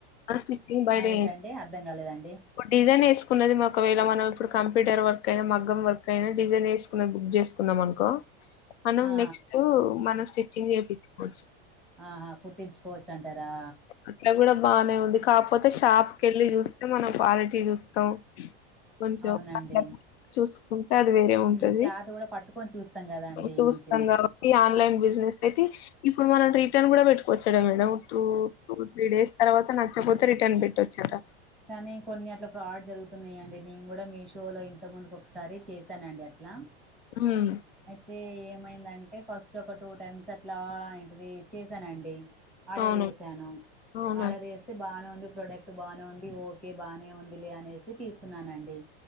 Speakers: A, on the left; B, in the centre.
A: ఆ స్టిచ్చింగ్ బయట
B: ఆ ఏంటండి
A: చేయిం
B: అర్థం కాలేదండి
A: ఇప్పుడు డిజైన్ వేసుకున్నది ఒకవేళ మనం ఇప్పుడు కంపూటర్ వర్క్ అయినా మగ్గం వర్క్ అయినా డిజైన్ వేసు. బుక్ చేసుకున్నం అనుకో మనం
B: ఆ
A: నెక్స్ట్ మనం స్టిచ్చింగ్ చేయించుకోవచ్చు.
B: ఆహా కుట్టించుకోవచ్చు అంటారా.
A: అట్లా కూడా బానే ఉంది కాకపోతే షాప్కి వెళ్ళి చూస్తే మనం క్వాలిటీ చూస్తాం. కొంచెం
B: అవునండి
A: అట్లానే. చూసుకుంటే అది వేరే ఉంటది
B: హ్మ్. క్లాత్ కూడా పట్టుకొని చూస్తాం కదండి
A: చూస్తాం
B: మంచిగా
A: కాబట్టి. ఈ ఆన్లైన్ బిజినెస్ అయితే ఇప్పుడు మనం రిటర్న్ కూడా పెట్టుకోవచ్చు కదా madam true. Two three days తర్వాత నచ్చపోతే రిటర్న్ పెట్టొచ్చు ఇంకా.
B: కానీ కొన్ని అట్ల ఫ్రాడ్ జరుగుతున్నాయండి నేను కూడా మీషోలో ఇంత ముందుకు ఒకసారి చేశానండి అట్లా.
A: ఉమ్.
B: అయితే ఏమైందంటే ఫస్ట్ ఒక టూ టైమ్స్ అట్లా ఏంటిది చేశానండి. ఆర్డర్
A: అవును
B: చేసాను
A: అవునా
B: ఆర్డర్ చేస్తే బానే ఉంది ప్రోడక్ట్ బానే ఉంది. ఓకే బాగానే ఉంది లే అనేసి తీసుకున్నానండి